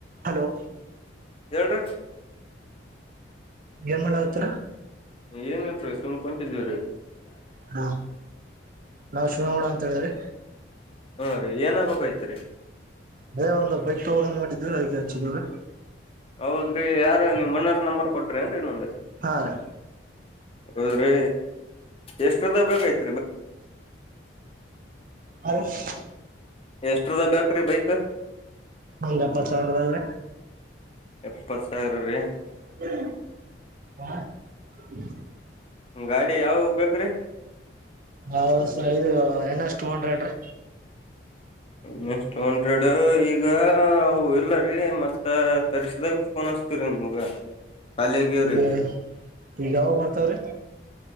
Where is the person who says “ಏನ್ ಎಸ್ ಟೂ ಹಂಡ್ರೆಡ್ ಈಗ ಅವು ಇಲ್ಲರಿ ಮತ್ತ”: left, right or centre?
Left